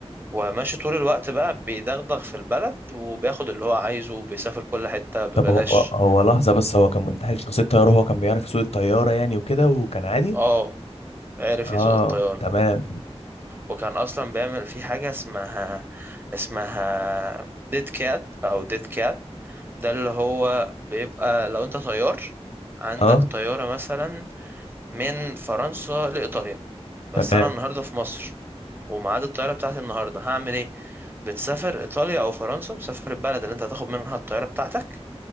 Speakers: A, on the right; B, on the left.
A: وماشي طول الوقت بقى بيدغدغ في البلد وبياخد اللي هو عايزه وبيسافر كل حتة ببلاش
B: طب هو هو لحظة بس هو كان منتحل شخصية طيارة هو كان بيعرف يسوق الطيارة يعني وكده وكان عادي
A: اه عرف
B: اه
A: يسوق الطيارة
B: تمام
A: وكان اصلا بيعمل في حاجه اسمها اسمها ديت كات او ديت كات ده اللي هو بيبقى لو انت طيار عندك
B: اه
A: طياره مثلا من فرنسا لايطاليا بس
B: تمام
A: انا النهارده في مصر وميعاد الطياره بتاعتي النهارده هعمل ايه بتسافر ايطاليا او فرنسا بتسافر البلد اللي انت هتاخد منها الطياره بتاعتك